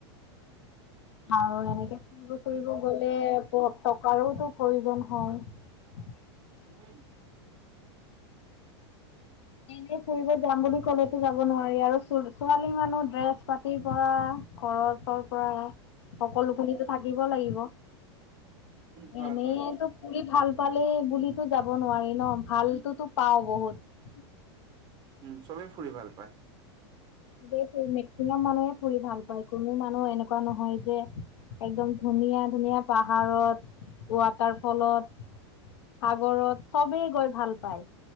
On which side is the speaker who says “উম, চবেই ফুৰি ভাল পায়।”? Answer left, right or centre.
Right